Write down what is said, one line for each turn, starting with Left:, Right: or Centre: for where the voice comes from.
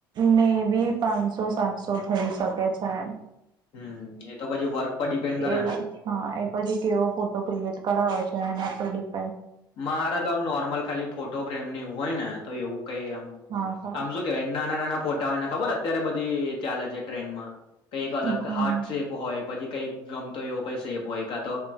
Right: મે બી પાંનસો સાતસો થઈ શકે છે એમ
Left: હમમ એ તો પછી વર્ક પર ડિપેન્ડ કરે
Right: એ
Left: ને
Right: હા એ પછી કેવો ફોટો ક્રિએટ કરાવે છે તેના પર ડીપ
Left: મારે તોમ નોર્મલ ખાલી ફોટો ફ્રેમ ને એવું હોય ને તો એવું કય આમ
Right: હા હા
Left: આમ શું કેવાય નાના નાના પો હોય ને ખબર અત્યારે બધી એ ચાલે છે ટ્રેન માં કઈક અલગ
Right: હમ
Left: હાર્ટ સેપ હોય પછી કઈ ગમતો એવો કય શેપ હોય કા તો